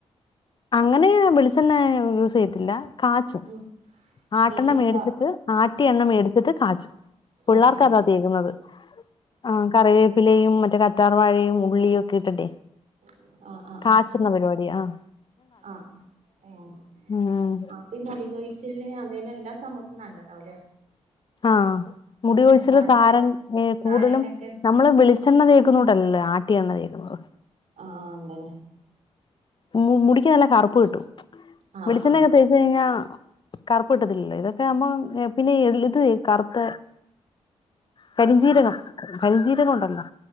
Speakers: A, on the left (about 40°); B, on the right (about 75°).
A: അങ്ങനെ വെളിച്ചെണ്ണ യൂസ് ചെയ്യത്തില്ല. കാച്ചും.
B: ഉം
A: ആട്ടണ
B: വെളിച്ചെണ്ണക്കെ
A: മേടിച്ചിട്ട് ആട്ടിയ എണ്ണ മേടിച്ചിട്ട് കാച്ചും. പിള്ളേർക്ക്
B: ആഹ് ആഹ്
A: അതാ തേക്കുന്നത്. ആഹ് കറി വേപ്പിലയും മറ്റേ കറ്റാർവാഴയും ഉള്ളിയും ഒക്കെ ഇട്ടട്ടെ
B: ആഹ് ആഹ് ആഹ്
A: കാച്ചുന്ന പരിപാടി. ആഹ്
B: ആഹ് ആഹ് ഉം
A: ഉം
B: അ പ്പെ ഈ മുടികൊഴിച്ചിലിന് അതിനെല്ലാ സംഭവത്തിനും നല്ലതാവൂല്ലേ.
A: ആഹ് മുടി കൊഴിച്ചിലിന്
B: കാച്ചിയ
A: താരൻ ഏഹ്
B: താരനൊക്കെ
A: കൂടുതലും നമ്മള് വെളി ച്ചെണ്ണ തേക്കുന്നൂട്ടല്ലല്ലോ ആട്ടിയ എണ്ണ തേക്കുന്നത്.
B: ആഹ് ആഹ് അത് തന്നെ.
A: മു മുടിക്ക് നല്ല കറുപ്പ് കിട്ടും.
B: ആഹ്
A: വെളിച്ചെണ്ണയൊക്കെ
B: ആഹ്
A: തേ ച്ച് കഴിഞ്ഞാ കറുപ്പ് കിട്ടത്തില്ലല്ലോ. ഇതൊക്കെ ആവുമ്പോ പിന്നെ എള്ള് ഇത് കറുത്ത കരിംജീരകം
B: ആഹ്
A: കരിംജീരകം ഉണ്ടല്ലോ